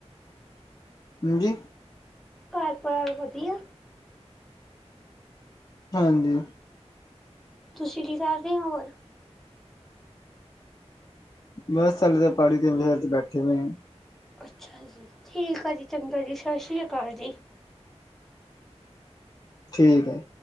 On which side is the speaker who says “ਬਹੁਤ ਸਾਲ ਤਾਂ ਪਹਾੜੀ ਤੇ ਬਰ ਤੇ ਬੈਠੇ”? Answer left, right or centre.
Left